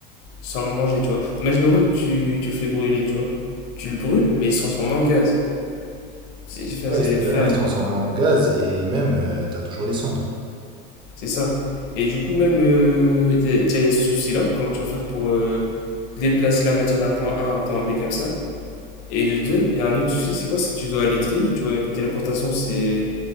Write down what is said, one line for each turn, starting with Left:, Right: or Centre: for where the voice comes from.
Left: sans le manger, tu vois. Imaginons même, tu, tu le fais brûler, tu vois. Tu le brûles, mais il se transforme en gaz. C'est enfin,
Right: Ouais,
Left: c'est faire-
Right: de un, il se transforme en gaz et même, euh, t'as toujours les cendres.
Left: c'est ça. Et du coup, même, euh, déjà, il y a ce souci-là. Comment tu vas faire pour euh, déplacer la matière d'un point A à un point B comme ça? Et de deux, il y a un autre souci, c'est quoi? C'est que tu dois aller très vite, tu vois. La téléportation, c'est.